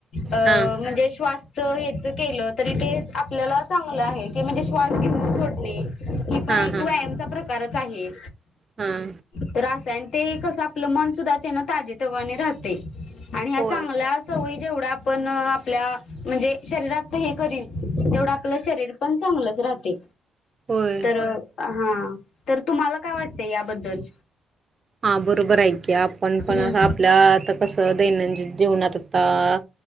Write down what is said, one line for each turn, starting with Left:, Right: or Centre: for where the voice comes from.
Left: अं
Right: हां
Left: म्हणजे श्वासच हे- त केल तरी ते आपल्याला चांगल आहे की म्हणजे श्वास घेऊन सोडणे हे पण
Right: हां
Left: एक
Right: हां
Left: व्याय- म चा प्रकारच आहे.
Right: हां
Left: तर असायन ते कसं आपलं मन सुद्धा त्यांन ताजेतवाने राहते आणि ह्या
Right: होय
Left: चांगल्या सवयी जेवढ्या आपण आपल्यां म्हणजे- शरीरात हे करील तेवढं आपलं शरीर पण चांगलंच राहते.
Right: होय
Left: तर हां तर तुम्हाला काय वाटत याबद्दल?
Right: हां बरोबर हाय की आपण पण
Left: हम्म
Right: आता आपल्या आं कसं दैनंदिन जीवनात आता-